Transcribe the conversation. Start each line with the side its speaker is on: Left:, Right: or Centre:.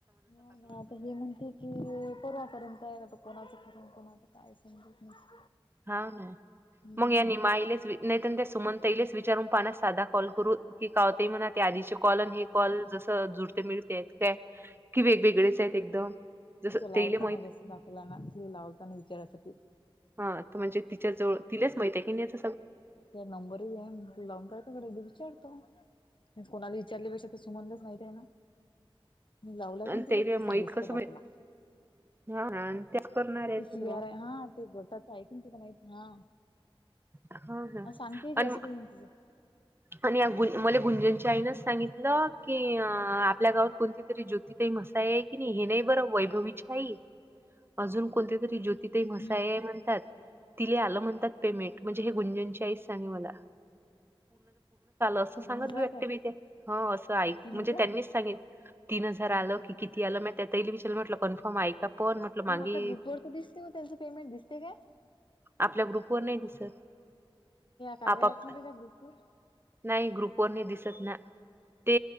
Left: हो ना आता हे म्हणते की परवापर्यंत आहे ना आता कोणाचं करून कोणाच काय समजत नाही
Right: हा ना
Left: हम्म
Right: मग या नि मालेच नाहीत त्या सुमंतईलेच वि <inaudible> साधा कॉल करू काय होते म्हणून आधीचे कॉल आणि हे कॉल जसे जुळते मिळते कि वेगवेगळेच आहेत एकदम जसं
Left: तिचां लावलताना
Right: तेले माहित
Left: व्यस्त दाखवला ना ति लावलताना विचारासाठी
Right: हा आता म्हणजे तिच्या जवळ तिलाच मैत किणीच
Left: त्या नंबर आहे लावून काय काकडे विचारतो कोणाला विचारल्यापेक्षा त सु म्हणलंच माहित आहे ना. मी लावला की
Right: आणि
Left: तुला
Right: ते
Left: तस
Right: माहित
Left: वेस्त
Right: कसं
Left: दाखवला‌.
Right: हा आणि त्याच करणार आहे
Left: ते
Right: सगळं
Left: शियारा आहे हा ते बसाच आहे कि तला माहित हा.
Right: हा हा
Left: सांगते ती
Right: आणि
Left: असं काही नाही तिचं
Right: आणि गु. मले गुंजनच्या आईनच सांगितलं की आपल्या गावात कोणती तरी ज्योतिताई मसाई आहे की नाही. हे नाही बर वैभवी आहे अजून कोणते तरी जो. तिथे
Left: हम्म
Right: म्हसाई म्हणतात तिले आलं म्हणतात. पेमेंट हे गुंजन च्या आईच सांगे मला. असं
Left: तीन
Right: सांगत
Left: हजार काय
Right: हो असं
Left: तीन हजार
Right: त्यांनी सांगितलं तिने. आल की किती आलं म त्या विचार म्हटलं कन्फर्म आहे का? पण म्हटलं मागे
Left: मग आपल्या ग्रुप वर तर दिसते मग त्यांचं पेमेंट दिसते का.
Right: आपल्या ग्रुपवर नाही दिस
Left: कार्या
Right: आपप
Left: ऍप मध्ये त्या ग्रुपवर
Right: नाही ग्रुप कोणी दिसत ना ते